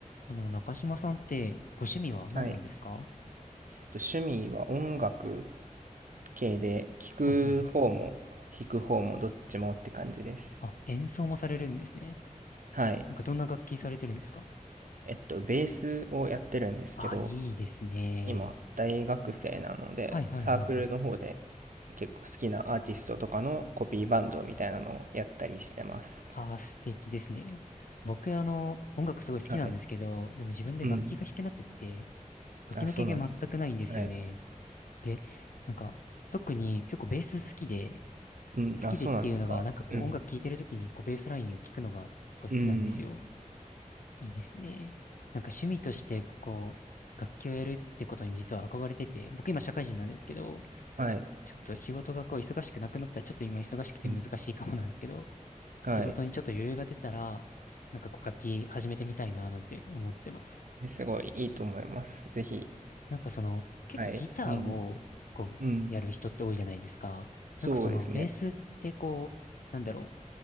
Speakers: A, on the left; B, on the right.
A: あの、中島さんってご趣味は何なんですか
B: はい。と趣味は音楽系で、聴く方も弾く方もどっちもって感じです。
A: はいはいはい。あ、演奏もされるんですね。
B: はい。
A: なんかどんな楽器されてるんですか
B: えっと、ベースをやってるんですけど、
A: あ、いいですね。
B: 今、大学生なので、
A: はいはいはいはい。
B: サークルの方で結構好きなアーティストとかのコピーバンドみたいなのをやったりしてます。
A: あ、素敵ですね。僕、あの、音楽すごい好きなんですけど、
B: はい。
A: でも自分で楽器が弾けなくって、
B: うん。
A: 楽器の経験全くないんですよね。
B: あ、そうなんです。はい。
A: で、なんか、特に結構ベース好きで、
B: うん。
A: 好きでっていうのが、
B: あ、そうなんですか。
A: なんかこう音楽聴いてる時にこうベースラインを聴くのが結構好きなんですよ。
B: うん。うん。
A: いいですね。なんか趣味として、こう、楽器をやるってことに実は憧れてて、僕今社会人なんですけど、
B: はい。
A: ちょっと仕事がこう忙しくなくなったら、ちょっと今忙しくて難しいかもなんですけど、
B: うんはい。
A: 仕事にちょっと余裕が出たら、なんかこう楽器始めてみたいななんて思ってます。
B: すごいいいと思います。ぜひ。
A: なんかその、結構ギターをこう、
B: はい。うん。うん、
A: やる人って多いじゃないですか。
B: そうですね。
A: なんかその、ベースってこう、なんだろ